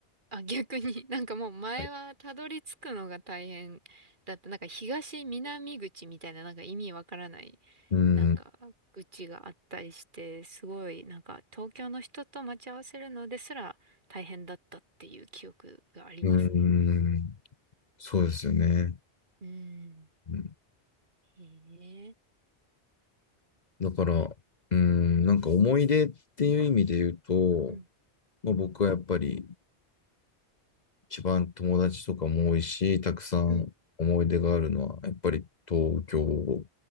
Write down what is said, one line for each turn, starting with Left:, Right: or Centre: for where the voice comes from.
Right: あ、逆に、<laughs> なんかもう前はたどり着くのが大変だった。
Left: はい。
Right: なんか東南口みたいななんか意味わからない、
Left: うん、
Right: なんか口があったりして、すごいなんか東京の人と待ち合わせるのですら大変だったっていう記憶がありますね。
Left: うん、そうですよね。
Right: うん。
Left: うん
Right: へえ。
Left: だから、うん、なんか思い出っていう意味で言うと、
Right: うん。
Left: まあ、僕はやっぱり一番友達とかも多いし、たくさん思い出があるのは、
Right: うん。
Left: やっぱり東京